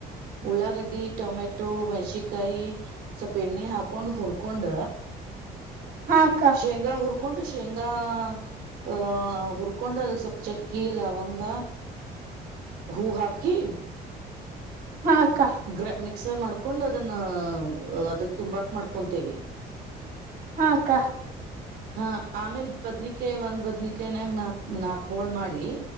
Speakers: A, on the right; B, on the right.
A: ಉಳ್ಳಾಗಡ್ಡಿ ಟೊಮೆಟೊ ಮೆಣ್ಸಿಕಾಯಿ ಸ್ವಪ ಎಣ್ಣೆ ಹಾಕೊಂಡ್ ಉರ್ಕೊಂಡ.
B: ಹಾ ಅಕ್ಕ
A: ಶೇಂಗಾ ಉರ್ಕೊಂಡು ಹರ್ಕೊಂಡು ಶೇಂಗಾ ಆಹ ಉರ್ಕೊಂಡು ಅದಕ್ ಸ್ವಲ್ಪ್ ಚಕ್ಕಿ ಲವಂಗ. ಹೂ ಹಾಕಿ.
B: ಹಾ ಅಕ್ಕ
A: ಗ್ರಾಂಡ್ ಮಿಕ್ ಎಕ್ಸರ್ ಮಾಡ್ಕೊಂಡ್ ಅದನ್ನ ಅದಕ್ ತುಂಬಾಕ್ ಮಾಡ್ಕೊಂತೇವಿ.
B: ಹಕ್ಕಾ.
A: ಹಾ ಆಮೇಲ್ ಬದ್ನಿಕಾಯಿ ಒಂದ್ ಬದ್ನಿಕಾಯನಾಗ ನಾಕ್ ನಾಕ್ ಹೋಳ್ ಮಾಡಿ.